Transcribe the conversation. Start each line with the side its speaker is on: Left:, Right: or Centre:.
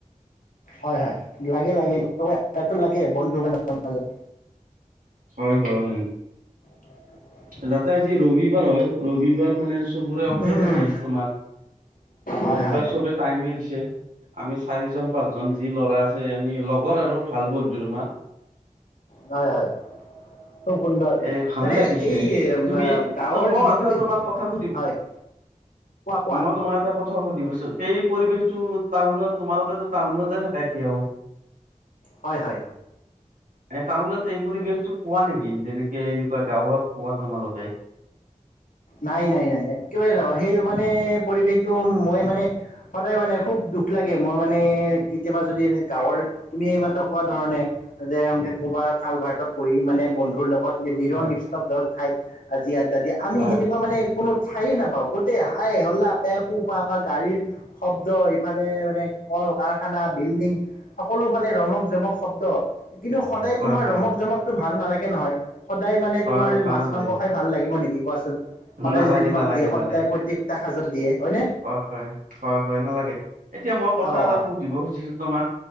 Left: হয়, হয়, লাগে-লাগে <unintelligible> লাগে বন্ধু-বান্ধৱৰ মাজত।
Right: হয়, হয়, হয়।
Left: <inaudible>
Right: যাতে আজি ৰবিবাৰ হয়, ৰবিবাৰ মানে চবৰে অফেই
Left: উম
Right: থাকে
Left: উম
Right: তোমাৰ।
Left: হয়
Right: ৰবিবাৰ
Left: হয়
Right: চবে টাইমে দিছে। আমি চাৰিজন-পাঁচজন যি ল'ৰা আছোঁ, আমি লগৰ আৰু ভাল বন্ধু তোমাৰ।
Left: হয়, হয়। খুব সুন্দৰ,
Right: এ ভালে
Left: মানে
Right: লাগিছে
Left: এই আ
Right: তুমি
Left: গাঁৱৰ
Right: ত মই
Left: যিটো
Right: এটা তোমাক কথা সুধিব
Left: হয়। <inaudible> কোৱা
Right: মই তোমাক এটা কথা সুধিবো সেই পৰিৱেশটো টাউনত, তোমালোকেতো টাউনতে থাকা এতিয়াও।
Left: হয়, হয়।
Right: এ টাউনত এই পৰিৱেশত পোৱা নেকি? যেনেকে এনেকুৱা গাঁৱত পোৱা তোমালোকে।
Left: নাই, নাই, নাই, একেবাৰে সেই মানে পৰিৱেশটো মই মানে সদায় মানে খুব দুখ লাগে, মই মানে কেতিয়াবা যদি এ গাঁৱৰ তুমি এই মাত্ৰ কোৱা ধৰণে, যে কবাৰ কলভাৰটোত বহি মানে বন্ধুৰ লগত নিলিৰো-নিস্তব্ধ
Right: হয়
Left: ঠাইত, আজি আড্ডা দি আমি
Right: হয়
Left: সে মানে কোনো ঠাই নাপাওঁ, গোটেই হাই-হল্লা, পেপু-পাপা, গাড়ীৰ শব্দ ইফালে মানে কলখানা, বিল্ডিং, সকলো ফালে ৰমক-জমক শব্দ। কিন্তু সদায়
Right: হয়
Left: তোমাৰ
Right: হয়
Left: ৰমক-জমকটো ভাল নালাগে নহয়। সদায় মানে
Right: হয়
Left: তোমাৰ
Right: ভাল
Left: মাছ-মাংস
Right: নালাগে
Left: খাই ভাল লাগিব নেকি কোৱাচোন, সদায়
Right: নালাগে
Left: যদি তোমাক
Right: নালাগে
Left: দিয়ে সদায়
Right: নালাগে
Left: প্ৰত্যেকটা হাজত দিয়ে। হয়নে?
Right: হয়, হয়, হয়, হয়, নালাগে, এতিয়া মই কথা
Left: অ'
Right: এটা সুধিব খুজিছো তোমাক।